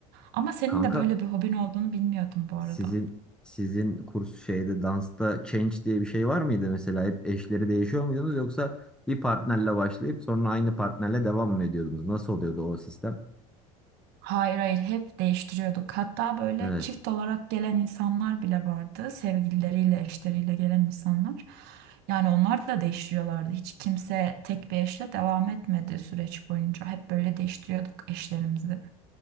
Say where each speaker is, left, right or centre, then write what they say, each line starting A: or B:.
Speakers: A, on the right (about 60°); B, in the centre.
A: Ama senin
B: Kanka
A: de böyle bir hobin olduğunu bilmiyordum bu
B: Sizin
A: arada.
B: sizin kurs şeyde dansta change diye bir şey var mıydı mesela? Hep eşleri değişiyor muydunuz yoksa bir partnerle başlayıp sonra aynı partnerle devam mı ediyordunuz? Nasıl oluyordu o sistem?
A: Hayır hayır hep değiştiriyorduk. Hatta böyle
B: Evet.
A: çift olarak gelen insanlar bile vardı. Sevgilileriyle, eşleriyle gelen insanlar. Yani onlar da değiştiriyorlardı. Hiç kimse tek bir eşle devam etmedi süreç boyunca. Hep böyle değiştiriyorduk eşlerimizi.